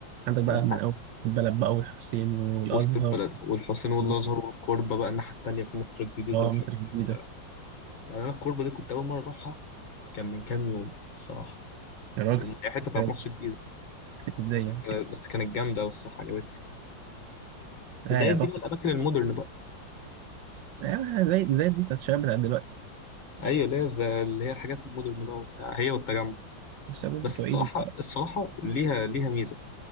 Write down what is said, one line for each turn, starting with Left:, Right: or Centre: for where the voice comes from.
Right: عندك بقى
Left: يعني
Right: من اول البلد بقى والحسين والازهر
Left: وسط البلد والحسين والأزهر
Right: و-
Left: والكوربة بقى الناحية التانية في مصر الجديدة
Right: اه
Left: والحاجات
Right: مصر الجديده
Left: دي كلها يعني أنا الكوربة دي كنت أول مرة أروحها كان من كام يوم صراحة
Right: يا راجل
Left: الم- الحتة بتاعت
Right: ازاي
Left: مصر الجديدة
Right: ازاي
Left: بس
Right: يعني
Left: كانت بس كانت جامدة أوي الصراحة عجبتني
Right: اه
Left: زي
Right: يا
Left: دي
Right: تحفه
Left: بقى الأماكن المودرن بقى
Right: آه زي زي دي بتاعت الشباب بتاع دلوقتي
Left: أيوة اللي هي زي- اللي هي الحاجات المودرن بقى وبتاع هي والتجمع
Right: الشباب
Left: بس
Right: بتوع
Left: الصراحة
Right: ايجيبت بقى
Left: الصراحة ليها ليها ميزة